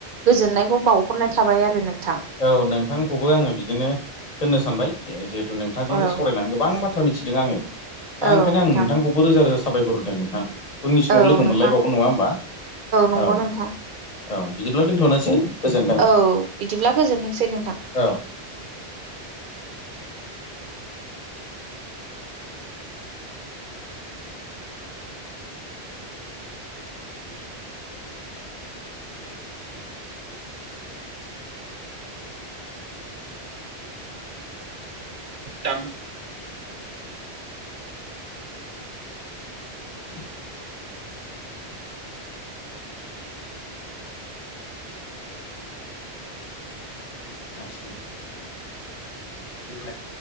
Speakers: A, on the right; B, on the left.
A: गोजोननायखौ बावहरनाय थाबाय आरो नोंथां
B: औ नोंथांखौबो आङो बिदिनो होननो सानबाय जिहेथु नोंथांजों
A: औ
B: सावरायनानै गोबां बाथ्रा मिथिदों आंङो दा
A: औ
B: ओंखायनो
A: नोंथां
B: आं नोंथांखौबो रोजा रोजा साबायखहोदों नोंथां उननि समाव
A: औ
B: लोगो
A: नोंथां
B: मोनलायबावगोन नङा होमबा
A: नंगौ
B: औ
A: नोंथां
B: औ बिदिब्ला दोनथ'नोसै गोजोन्थों
A: औ बिदिब्ला गोजोनथोंसै नोंथां
B: औ
A: दां
B: <inaudible> <unintelligible> <unintelligible>